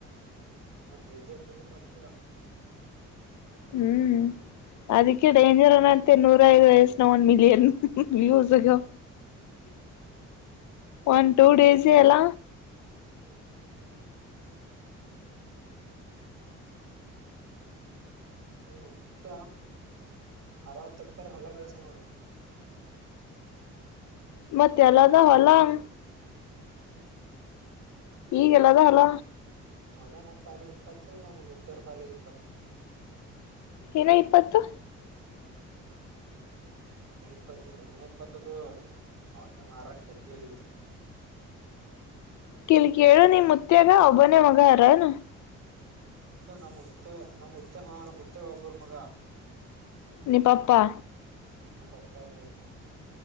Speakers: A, on the right (about 55°); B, on the left (about 70°).
A: ಹ್ಮ ಡೇಂಜರ್ಗ ಕತವಾ
B: ಹ್ಮ್ ಅದಕ್ಕೆ ಡೇಂಜರ್ನಂತೆ ನೂರ ಐದು ವಯಸ್ಸನ ಒಂದ್ ಮಿಲಿಯನ್ ವ್ಯೂಸ್ಗ ಒನ್ ಟೂ ಡೇಸ್ ಎಲ್ಲ
A: ಹೌ ನ ಮತ್ತ ಅರವತ್ತ ಎಕ್ಕರ್ ಹೊಲ ಕೆಳ್ಸ ನೋಡ.
B: ಮತ್ತೆ ಎಲ್ಲದ ಹೊಲಾಂಗ್
A: ಹ್ಮ
B: ಈಗೆಲ್ಲದ ಹೋಲ
A: ನಲ್ಲ ನಮ್ ಪಾಲ ಇಪ್ಪತ್ತು ನಮ್ಮ್ ಮುತ್ತರ ಪಾಲ ಇಪ್ಪತ್ತು
B: ಏನೋ ಇಪ್ಪತ್ತು
A: ಇ ಇಪ್ಪತ್ತ ಇ ಇಪ್ಪತ್ತದು ಅವೆ ಮಾರಕ್ ರದ್ದಿ ಆಗಿತ್ತು
B: ಕಿಲ್ ಕೇಳು ನಿ ಮುತ್ಯಾಗ ಒಬ್ಬನೇ ಮಗ ಅರಾನ.
A: ಇಲ್ಲ ನಮ್ ಮುತ್ತ ನಮ್ ಮುತ್ಯಾಗ್ ನಮ್ ಮುತ್ಯಾಗ್ ಒಬ್ಬರ ಮಗ.
B: ನಿ ಪಪ್ಪಾ.
A: ಹ್ಮ ನಮ್ ಪಪ್ಪಾ ಅದಾರ್.